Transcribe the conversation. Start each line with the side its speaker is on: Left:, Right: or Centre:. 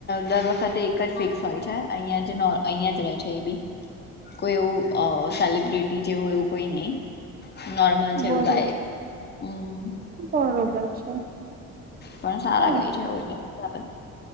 Left: દર વખતે એક જ ફિક્સ હોય છે અહિયાં જ નો અહિયાં જ ર રહે છે એ બી કોઈ એવું સેલિબ્રિટી જેવું એવું કોઈ નહી નોર્મલ
Right: બરો
Left: છે એવું ગાય હમ
Right: બરોબર છે
Left: પણ સારા
Right: હા
Left: ગઈ છે એવા જ લોકોને બોલાવે